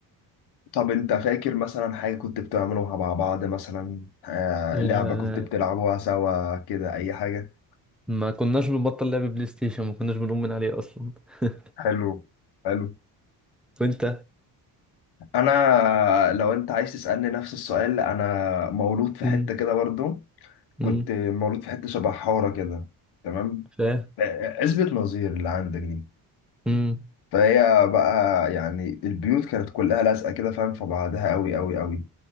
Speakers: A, on the left (about 80°); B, in the centre.
A: طب انت فاكر مثلا حاجة كنت بتعملوها مع بعض مثلا آه
B: آه،
A: لعبة كنت بتلعبوها سوا كده اي حاجة
B: ما كناش بنبطل لعب بلاي ستيشن ما كناش بنقوم من عليه اصلا <laughs>
A: حلو حلو
B: وانت
A: انا لو انت عايز تسالني نفس السؤال انا مولود في
B: امم
A: حته كده برضو كنت
B: امم
A: مولود في حته شبه حاره كده تمام
B: فاهم
A: اثبت نظير اللي عندك دي
B: امم
A: فهي بقى يعني البيوت كانت كلها لازقه كده فاهم في بعضها قوي قوي قوي